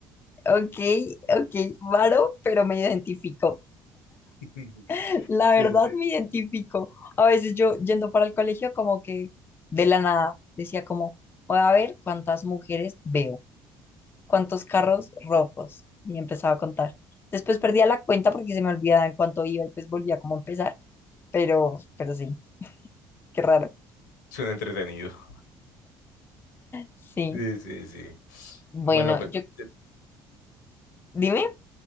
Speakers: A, on the left; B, on the left.
A: ok, ok, raro, pero me identifico.
B: <laughs>
A: <laughs> La
B: Sí,
A: verdad
B: sí.
A: me identifico. A veces yo yendo para el colegio como que de la nada decía como, voy a ver cuántas mujeres veo, cuántos carros rojos. Y empezaba a contar. Después perdía la cuenta porque se me olvidaba en cuánto iba y pues volvía como a empezar. Pero, pero sí, qué raro.
B: Suena entretenido. <laughs>
A: Sí.
B: Sí, sí, sí.
A: Bueno,
B: Bueno, pues
A: yo,
B: se-
A: dime.